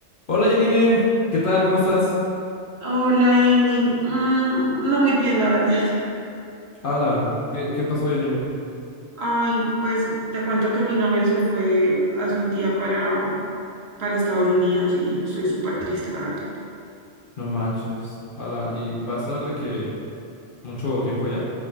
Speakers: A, on the left; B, on the right.
A: Hola Janine, ¿qué tal? ¿Cómo estás?
B: Hola, Emi. Mm, no muy bien, la verdad. <laughs>
A: Ala, ¿qué, qué pasó Janine?
B: Ay, pues te cuento que mi novio se fue hace un día para, para Estados Unidos y estoy súper triste, la verdad.
A: No manches, ala, ¿y va a estar de que mucho tiempo allá?